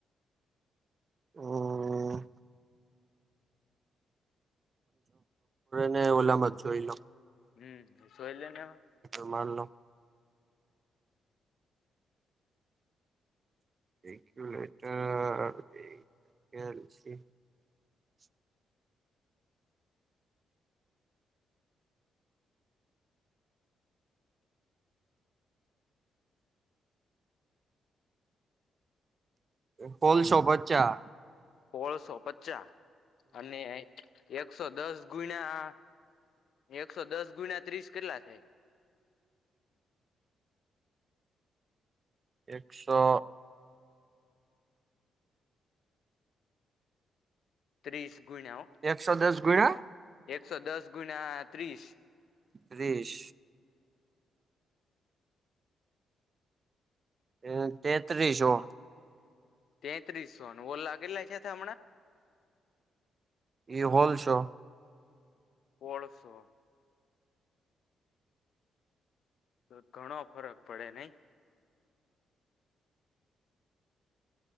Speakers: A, on the right; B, on the left.
A: હમ. ને ઓલામાં જ જોઈ લો.
B: હમ, શો એલેનેવા.
A: મારલો. <unintelligible> પોલસો પાન્સા.
B: સોળસો પચાસ અને એકસો દસ ગુણા. એકસો દસ ગુણ્યા ત્રીસ કેટલા થાય?
A: એકસો
B: ત્રીસ ગુણ્યા
A: એકસો દસ ગુણા
B: એકસો દસ ગુણ ત્રીસ
A: ત્રીસ હ તેત્રીસો
B: તેત્રીસો ઓલા કેટલા થયાંતા હમણાં.
A: ઇ હોલ શો
B: પોળસો તો ઘણો ફરક પડે નહી